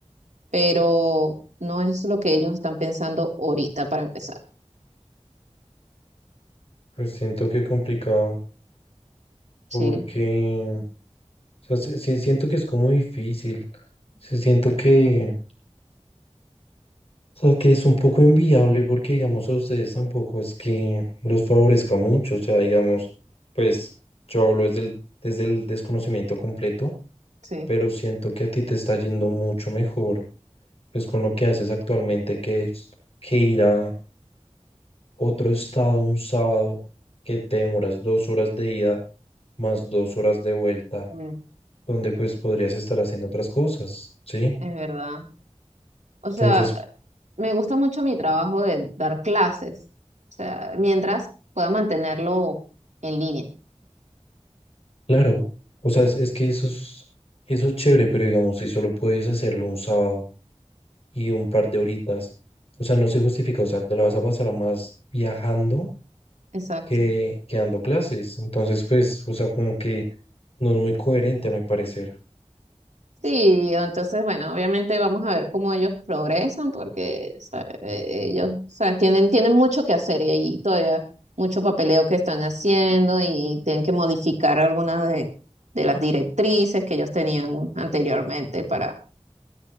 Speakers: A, on the right (about 90°); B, on the left (about 55°).
A: pero no es lo que ellos están pensando ahorita para empezar.
B: Pues siento que complicado, porque,
A: Sí,
B: o sea, sí- sí siento que es como difícil. Sí siento que... O sea, que es un poco inviable porque, digamos, a ustedes tampoco es que los favorezca mucho. O sea, digamos, pues yo hablo desde el, desde el desconocimiento completo,
A: sí,
B: pero siento que a ti te está yendo mucho mejor, pues con lo que haces actualmente, que es que ir a otro estado un sábado, que te demoras dos horas de ida más dos horas de vuelta,
A: mm,
B: donde pues podrías estar haciendo otras cosas, ¿sí?
A: es verdad. O sea,
B: Entonces,
A: me gusta mucho mi trabajo de dar clases, o sea, mientras pueda mantenerlo en línea.
B: Claro, o sea, es, es que eso es, eso es chévere, pero digamos, si solo puedes hacerlo un sábado y un par de horitas, o sea, no se justifica, o sea, te la vas a pasar más viajando
A: Exacto.
B: que, que dando clases. Entonces, pues, o sea, como que no es muy coherente a mi parecer.
A: Sí, entonces, bueno, obviamente vamos a ver cómo ellos progresan, porque ¿sabes? Eh, ellos, ¿sabes? Tienen, tienen mucho que hacer y ahí todavía mucho papeleo que están haciendo y tienen que modificar algunas de, de las directrices que ellos tenían anteriormente para